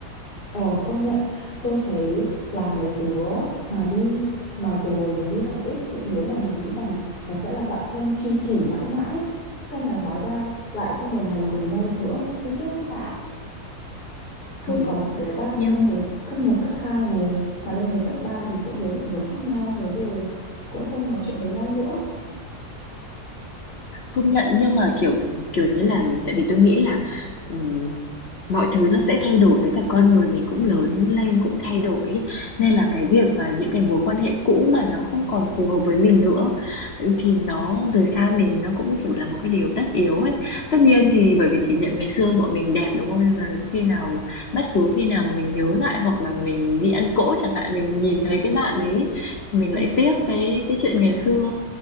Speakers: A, on the left; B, on the left.
A: Ờ công nhận tôi thấy là mấy đứa mà đi mà từ hồi mình đi học ấy những đứa mà mình nghĩ rằng nó sẽ là bạn thân tri kỷ mãi mãi sau này hóa ra lại không đồng hành cùng nhau được nữa tôi tiếc các bạn tôi
B: Ồ,
A: có một đứa bạn
B: nhưng
A: thân hồi cấp một cấp 2 này mà lên đến cấp 3 thì mỗi đứa định hướng khác nhau thế rồi cũng không nói chuyện với nhau nữa
B: Công nhận nhưng mà, kiểu, kiểu như là, tại vì tôi nghĩ là, ừm, mọi thứ nó sẽ thay đổi với cả con người mình cũng lớn lên, cũng thay đổi ấy, nên là
A: ừ.
B: cái việc và những cái mối quan hệ cũ mà nó không còn phù hợp với mình nữa, ừ, thì nó rời xa mình nó cũng, kiểu, là một cái điều tất yếu ấy. Tất nhiên thì
A: Ừ.
B: bởi vì kỷ niệm ngày xưa bọn mình đẹp, đúng không? Nên là khi nào bất cứ khi nào mà mình nhớ lại hoặc là mình đi ăn cỗ chẳng hạn, mình nhìn thấy cái bạn ấy, thì mình
A: Ừ.
B: lại tiếc cái cái chuyện ngày xưa.